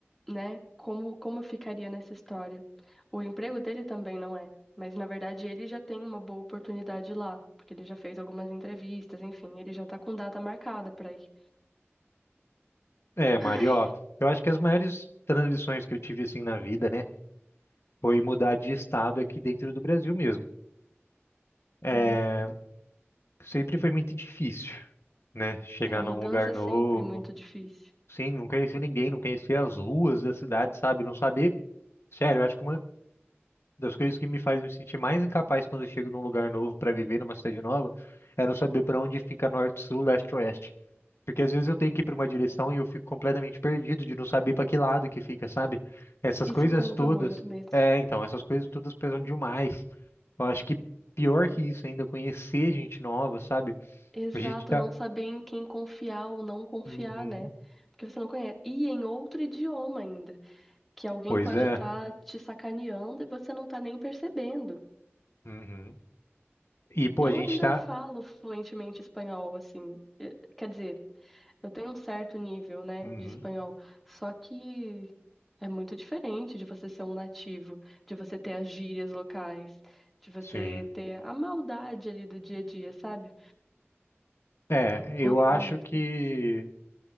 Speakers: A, in the centre; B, on the left.
A: né? Como, como eu ficaria nessa história? O emprego dele também não é, mas na verdade ele já tem uma boa oportunidade lá, porque ele já fez algumas entrevistas, enfim, ele já tá com data marcada pra ir.
B: É,
A: Ai,
B: Mari, ó, eu acho que as maiores transições que eu tive assim na vida, né, foi mudar de estado aqui dentro do Brasil mesmo. É,
A: uhum.
B: sempre foi muito difícil, né, chegar
A: é, mudança
B: num lugar
A: é
B: novo.
A: sempre muito difícil.
B: Sim, não conhecer ninguém, não conhecer as ruas da cidade, sabe? Não saber. Sério, eu acho que uma das coisas que me faz me sentir mais incapaz quando eu chego num lugar novo para viver numa cidade nova é não saber para onde fica norte, sul, leste, oeste. Porque às vezes eu tenho que ir para uma direção e eu fico completamente perdido de não saber para que lado que fica, sabe? Essas
A: Isso
B: coisas
A: conta
B: todas.
A: muito mesmo.
B: É, então, essas coisas todas pesam demais. Eu acho que pior que isso ainda, conhecer gente nova, sabe?
A: Exato,
B: A gente tá.
A: não saber em quem confiar ou não confiar,
B: Uhum.
A: né? Porque você não conhece. E em outro idioma ainda, que alguém
B: Pois
A: pode
B: é.
A: estar te sacaneando e você não tá nem percebendo.
B: Uhum. E, pô,
A: Eu
B: a gente
A: ainda
B: tá.
A: falo fluentemente espanhol, assim. Eh, Quer dizer, eu tenho um certo nível, né,
B: Uhum.
A: de espanhol. Só que é muito diferente de você ser um nativo, de você ter as gírias locais, de você
B: Sim.
A: ter a maldade ali do dia a dia, sabe?
B: É, eu
A: Eu tenho
B: acho
A: muito.
B: que,